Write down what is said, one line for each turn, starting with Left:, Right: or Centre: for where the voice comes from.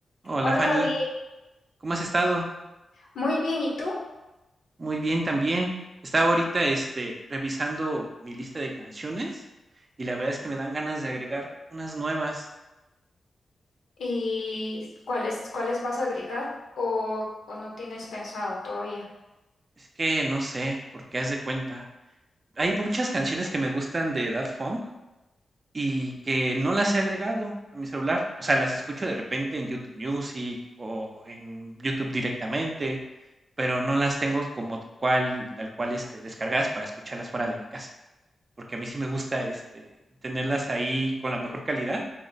Right: Hola
Left: Hola
Right: Fanny,
Left: David,
Right: ¿cómo has estado?
Left: muy bien, ¿y tú?
Right: Muy bien también. Estaba ahorita este, revisando mi lista de canciones y la verdad es que me dan ganas de agregar unas nuevas.
Left: ¿Y cuáles, cuáles vas a agregar o, o no tienes pensado todavía?
Right: Es que no sé por qué haz de cuenta. Hay muchas canciones que me gustan de Daft Funk y que no las he agregado a mi celular. O sea, las escucho de repente en YouTube Music o en YouTube directamente, pero no las tengo como cual, tal cual este, descargadas para escucharlas fuera de mi casa. porque a mí sí me gusta este, tenerlas ahí con la mejor calidad.